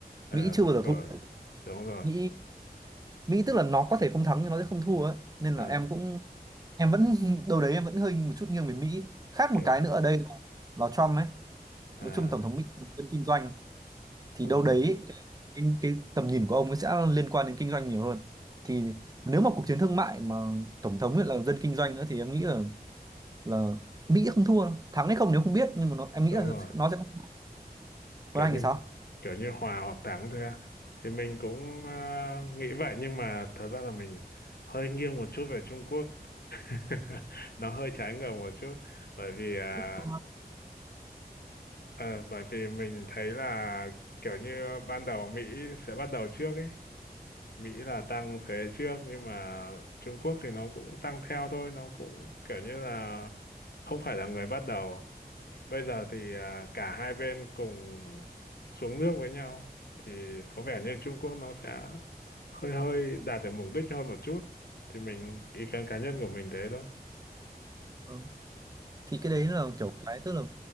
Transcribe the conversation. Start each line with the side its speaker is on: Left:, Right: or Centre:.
Left: ờ,
Right: Mỹ chưa
Left: đúng
Right: bao giờ
Left: rồi,
Right: thua
Left: đúng rồi,
Right: Mỹ Mỹ tức là nó có thể không thắng nhưng nó sẽ không thua ấy nên
Left: Ờ,
Right: là em cũng em vẫn <laughs> đâu đấy em vẫn hơi một chút nghiêng về Mỹ khác
Left: kiểu-
Right: một cái nữa ở đây là, là Trump ấy
Left: à,
Right: nói chung tổng thống Mỹ là dân kinh doanh thì
Left: đúng
Right: đâu
Left: rồi,
Right: đấy cái, cái, cái tầm nhìn của ông ấy sẽ liên quan đến kinh doanh nhiều hơn thì nếu mà cuộc chiến thương mại mà tổng thống ấy là dân kinh doanh nữa thì em nghĩ là là Mỹ không thua đâu thắng hay không nếu không biết nhưng mà nó, em nghĩ
Left: đúng
Right: là
Left: rồi.
Right: nó sẽ không thua.
Left: kiểu
Right: còn anh
Left: như
Right: thì sao
Left: kiểu như hòa hoặc thắng thôi à. thì mình cũng à, nghĩ vậy nhưng mà thật ra là mình hơi nghiêng một chút về Trung Quốc <laughs> nó hơi trái ngược một chút bởi vì à,
Right: Có
Left: ờ, bởi vì mình thấy là kiểu như ban đầu Mỹ sẽ bắt đầu trước ấy Mỹ là tăng thuế trước nhưng mà Trung Quốc thì nó cũng tăng theo thôi nó cũng kiểu như là không phải là người bắt đầu bây giờ thì à, cả hai bên cùng xuống nước với nhau thì có vẻ như Trung Quốc nó sẽ hơi hơi đạt được mục đích hơn một chút thì mình ý kiến cá nhân của mình thế thôi
Right: Ờ. thì cái
Left: à,
Right: đấy là kiểu cái tức là